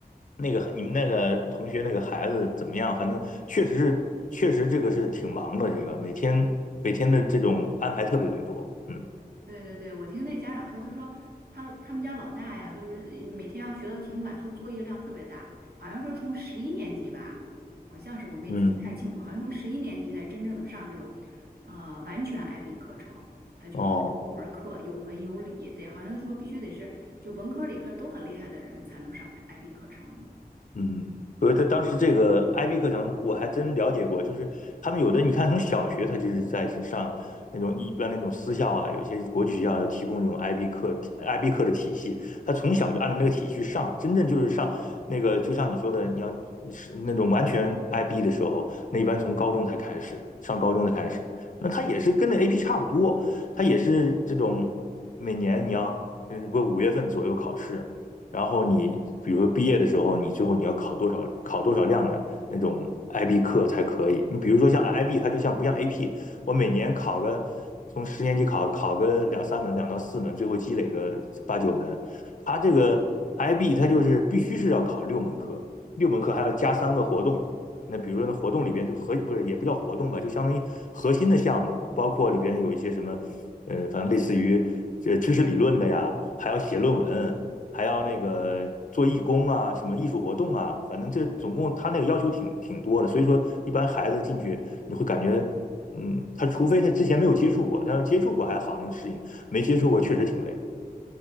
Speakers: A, on the left (about 55°); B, on the right (about 75°).
A: 那个你们那个同学那个孩子怎么样，反正确实是确实这个是挺忙的，这个每天每天的这种安排特别特别多，嗯
B: 对对对，我听那家长说，他说他他们家老大呀，就是每天要学到挺晚，说作业量特别大，好像说从十一年级吧，好像是我没记太清楚，
A: 嗯，
B: 好像从十一年级才真正的上这种，呃，完全 IB 课程，他就很多门儿课有文有理，
A: 哦，
B: 得好像说必须得是就文科理科都很厉害的人才能上 IB 课程。
A: 嗯，不是，他当时这个 IB 课程我还真了解过，就是他们有的你看从小学他就是在是上那种一般那种私校啊，有些国际学校提供这种 IB 课 IB 课的体系，他从小就按照那个体系去上，真正就是上那个就像你说的，你要是那种完全 IB 的时候，那一般从高中才开始的，上高中才开始，那他也是跟那 AP 差不多，他也是这种每年你要嗯不五月份左右考试，然后你比如说毕业的时候，你最后你要考多少考多少量的那种 IB 课才可以。你比如说像 IB，它就像不像 AP，我每年考个从十年级考考个两三门，两到四门，最后积累个八九门。它这个 IB 它就是必须是要考六门课，六门课还要加三个活动。那比如说那活动里边就核不是也不叫活动吧，就相当于核心的项目，包括里边有一些什么，嗯、呃反正类似于这知识理论的呀，还要写论文，还要那个做义工啊，什么艺术活动啊，反正这总共他那个要求挺挺多的，所以说一般孩子进去你会感觉，嗯，他除非他之前没有接触过，但是接触过还好能适应，没接触过确实挺累。